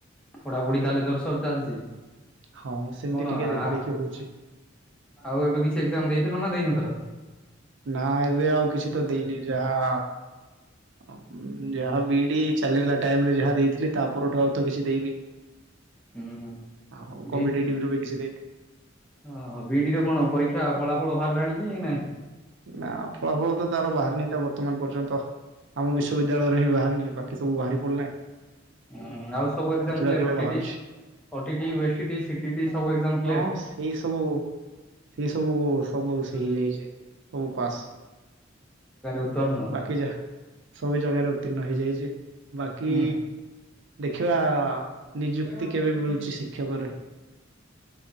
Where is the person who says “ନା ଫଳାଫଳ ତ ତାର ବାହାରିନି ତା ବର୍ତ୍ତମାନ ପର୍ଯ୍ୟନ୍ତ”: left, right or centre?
Right